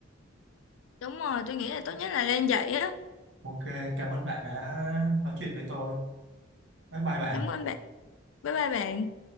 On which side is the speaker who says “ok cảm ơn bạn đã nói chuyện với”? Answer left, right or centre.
Right